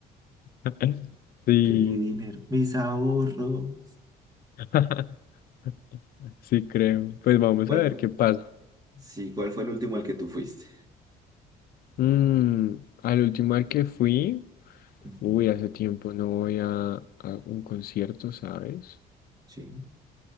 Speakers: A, on the left (about 60°); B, on the right (about 20°).
A: <laughs> Sí,
B: Que mi dinero, mis ahorros.
A: <laughs> sí creo. Pues vamos
B: ¿Cuál
A: a ver
B: fue?
A: qué pasa.
B: Sí, ¿cuál fue el último al que tú fuiste?
A: Mm, al último al que fui,
B: Ujú,
A: uy, hace tiempo no voy a, a un concierto, ¿sabes?
B: Sí,